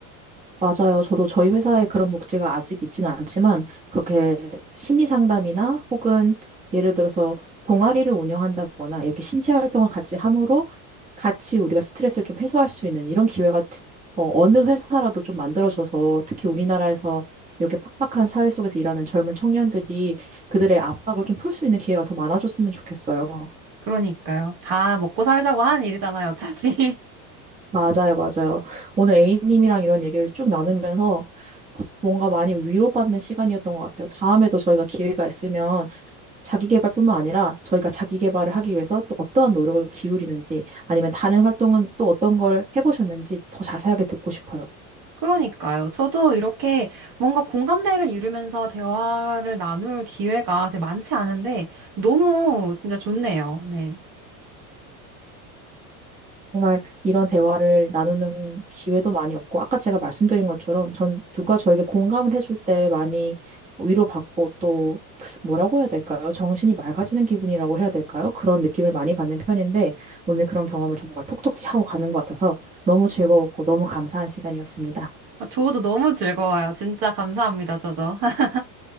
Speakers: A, on the right; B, on the right.
A: 맞아요. 저도 저희 회사에 그런 복지가 아직 있지는 않지만 그렇게 심리 상담이나 혹은 예를 들어서 동아리를 운영한다거나 이렇게 신체 활동을 같이 함으로 같이 우리가 스트레스를 좀 해소할 수 있는 이런 기회가 어, 어느 회사라도 좀 만들어져서 특히 우리나라에서 이렇게 팍팍한 사회 속에서 일하는 젊은 청년들이 그들의 압박을 좀 풀 수 있는 기회가 더 많아졌으면 좋겠어요.
B: 그러니까요. 다 먹고 살자고 하는 일이잖아요, 어차피.
A: 맞아요, 맞아요. 오늘 A님이랑 이런 얘기를 쭉 나누면서 뭔가 많이 위로받는 시간이었던 것 같아요. 다음에도 저희가 기회가 있으면 자기 개발뿐만 아니라 저희가 자기 개발을 하기 위해서 또 어떠한 노력을 기울이는지 아니면 다른 활동은 또 어떤 걸 해보셨는지 더 자세하게 듣고 싶어요.
B: 그러니까요. 저도 이렇게 뭔가 공감대를 이루면서 대화를 나눌 기회가 되게 많지 않은데 너무 진짜 좋네요. 네.
A: 정말 이런 대화를 나누는 기회도 많이 없고, 아까 제가 말씀드린 것처럼 전 누가 저에게 공감을 해줄 때 많이 위로받고 또 뭐라고 해야 될까요? 정신이 맑아지는 기분이라고 해야 될까요? 그런 느낌을 많이 받는 편인데, 오늘 그런 경험을 정말 톡톡히 하고 가는 것 같아서 너무 즐거웠고 너무 감사한 시간이었습니다.
B: 아, 저도 너무 즐거워요. 진짜 감사합니다. 저도. <laughs>